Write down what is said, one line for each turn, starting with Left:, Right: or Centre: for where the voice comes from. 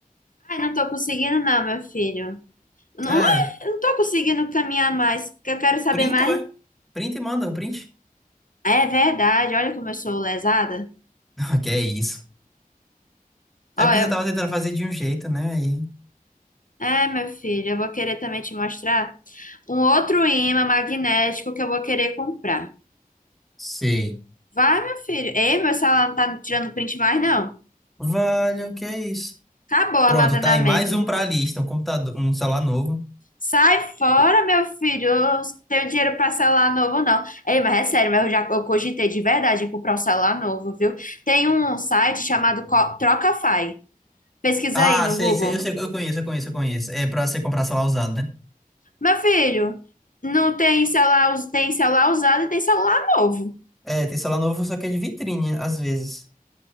Left: Ai, não tô conseguindo não, meu filho. Não,
Centre: É,
Left: não é- não tô conseguindo caminhar mais, que eu quero saber
Centre: printa,
Left: mais.
Centre: ué. Printa e manda um print.
Left: É verdade, olha como eu sou lesada.
Centre: <laughs> Que é isso.
Left: Ó,
Centre: É porque
Left: eu...
Centre: você tava tentando fazer de um jeito, né? Aí.
Left: É, meu filho, eu vou querer também te mostrar um outro ímã magnético que eu vou querer comprar.
Centre: Sei.
Left: Vai, meu filho. Ei, meu celular não tá tirando print mais, não.
Centre: Vale, o que é isso?
Left: Acabou o armazenamento.
Centre: Pronto, tá aí. Mais um pra lista. Um computador, um celular novo.
Left: Sai fora, meu filho. Eu tenho dinheiro para celular novo, não. Ei, mas é sério, mas eu já eu cogitei de verdade em comprar um celular novo, viu? Tem um site chamado Co- Trocafy. Pesquisa
Centre: Ah,
Left: aí no
Centre: sei,
Left: Google.
Centre: sei. Eu sei, eu conheço, eu conheço, eu conheço. É pra você comprar celular usado, né?
Left: Meu filho, não tem celular, us- tem celular usado e tem celular novo.
Centre: É, tem celular novo, só que é de vitrine, às vezes.